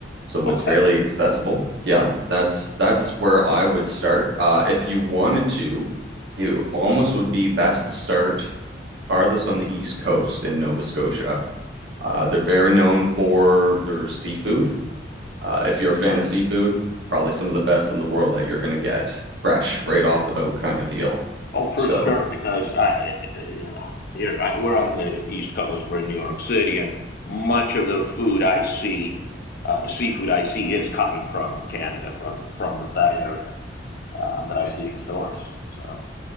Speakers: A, on the right (about 65°); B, on the left (about 55°).
A: So
B: Okay.
A: it's fairly accessible. Yeah, that's that's where I would start. Uh, if you wanted to, it almost would be best to start farthest on the east coast in Nova Scotia. Uh, they're very known for their seafood. Uh, if you're a fan of seafood, probably some of the best in the world that you're going to get fresh right off the boat kind of deal.
B: Oh, for
A: So
B: sure, because I, you know, here I, we're on the East Coast, we're in New York City, and much of the food I see, uh, the seafood I see, is coming from Canada, from from that area uh, that I see in the stores. So,